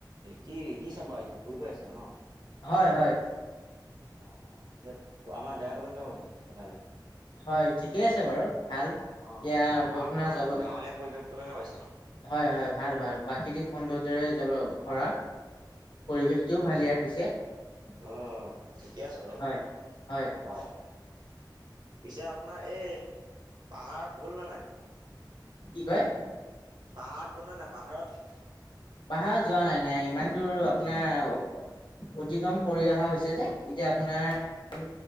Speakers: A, on the right; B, on the left.
A: কি কি চাব আহিছে ফুৰিব আহিছে ন? <unintelligible>
B: হয় হয়।
A: অ অ। পিছে আমাৰ জেগাটো কেনেকা পাইছে এইফালে?
B: হয় ঠিকেই আছে বাৰু ভাল
A: অ
B: এয়া
A: ধৰা আপোনাৰ
B: জল
A: গাঁৱলীয়া পৰিৱেশটো কেনেকে পাইছে?
B: হয় হয় ভাল ভাল প্ৰাকৃতিক সৌন্দৰ্যৰে জল ভৰা। পৰিৱেশটোও ভাল ইয়াৰ পিছে।
A: অঁ ঠিকে আছে বাৰু
B: হয় হয়
A: অঁ। পিছে আপোনাৰ এই পাহাৰত গ'লনে নাই?
B: কি কয়?
A: পাহাৰত গলা নাই পাহাৰত? <unintelligible>
B: পাহাৰত যোৱা নাই নাই। ইমান দূৰ আপোনাৰ অতিক্ৰম কৰি অহা হৈছে যে। এতিয়া আপোনাৰ
A: অ'।